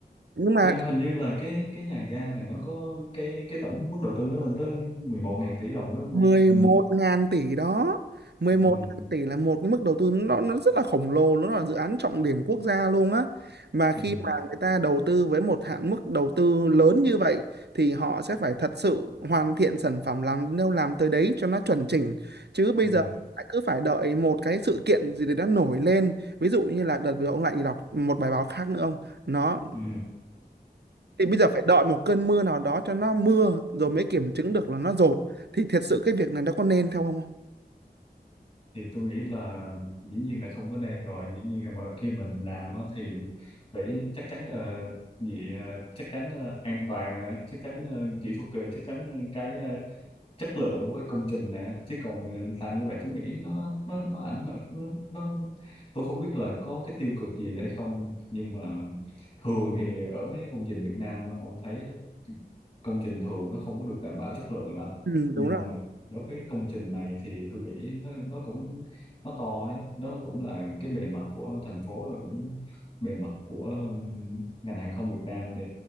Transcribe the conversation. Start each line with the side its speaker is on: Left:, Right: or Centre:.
Right: Nhưng mà
Left: Tôi hình như là cái cái nhà ga này nó có cái cái tổng mức đầu tư nó lên tới 11 ngàn tỷ đồng đúng
Right: mười
Left: không? Hình
Right: một
Left: như
Right: ngàn tỷ đó, 11
Left: ừ.
Right: ngàn tỷ là một cái mức đầu tư nó nó rất là khổng lồ, nó là dự án trọng điểm quốc gia luôn á. Mà khi
Left: Ừ.
Right: mà người ta đầu tư với một hạn mức đầu tư lớn như vậy thì họ sẽ phải thật sự hoàn thiện sản phẩm làm đâu làm tới đấy cho nó chuẩn chỉnh. Chứ bây
Left: Ừ.
Right: giờ lại cứ phải đợi một cái sự kiện gì đấy đã nổi lên, ví dụ như là đợt vừa ông lại đọc một bài báo khác nữa ông, nó
Left: Ừ.
Right: thì bây giờ phải đợi một cơn mưa nào đó cho nó mưa rồi mới kiểm chứng được là nó dột thì thiệt sự cái việc này nó có nên theo không?
Left: Thì tôi nghĩ là dĩ nhiên là không có nên rồi dĩ nhiên là mỗi khi mình làm á thì phải chắc chắn uh, gì ờ, chắc chắn ờ, an toàn nè, chắc chắn ờ, kỹ thuật ờ, chắc chắn ờ, cái ờ, chất lượng của cái công trình nè chứ còn ừ, làm như vậy tôi nghĩ nó nó nó ảnh hưởng nó, nó tôi không biết là có cái tiêu cực gì đấy không nhưng mà thường thì ở mấy công trình Việt Nam ông thấy á, công trình thường nó không có được đảm bảo chất lượng lắm
Right: Ừ,
Left: nhưng
Right: đúng rồi.
Left: mà đối với công trình này thì tôi nghĩ nó, nó cũng nó to ấy. nó cũng là cái bề mặt của thành phố rồi cũng bề mặt của ừm, ngành hàng không Việt Nam đi